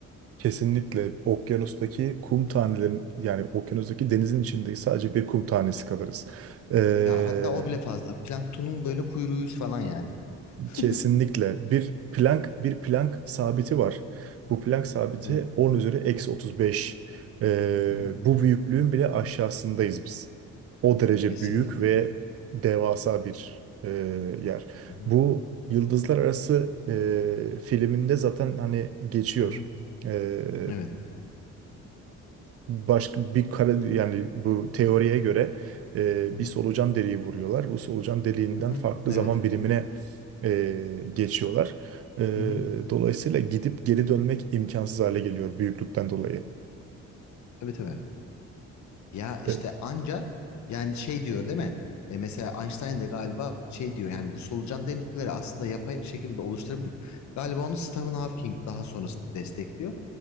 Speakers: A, on the right; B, on the left.
A: Kesinlikle okyanustaki kum tanelerin yani okyanustaki denizin içindeyiz sadece bir kum tanesi kalırız. Ee,
B: Ya hatta o bile fazla. Planktonun böyle kuyruğuyuz falan yani. <laughs>
A: kesinlikle bir plank bir plank sabiti var. Bu plank sabiti
B: Evet.
A: 10 üzeri eksi 35. Ee,
B: Hı hı.
A: bu büyüklüğün bile aşağısındayız biz. O derece
B: Kesinlikle.
A: büyük ve devasa bir e, yer.
B: Hı hı.
A: Bu Yıldızlar Arası e, filminde zaten hani geçiyor.
B: Hı hı.
A: Ee,
B: Evet.
A: başka bir kara yani bu teoriye göre e,
B: Hı hı.
A: bir solucan deliği vuruyorlar. Bu solucan deliğinden
B: Hı hı.
A: farklı
B: Evet.
A: zaman birimine e, geçiyorlar. E,
B: Hı hı.
A: dolayısıyla gidip geri dönmek imkansız hale geliyor büyüklükten dolayı.
B: Tabii tabii. Ya işte
A: E,
B: anca yani şey diyor değil mi? E, mesela Einstein de galiba şey diyor yani bu solucan delikleri aslında yapay şekilde de oluşturabilir. Galiba onu Stephen Hawking daha sonrasında destekliyor.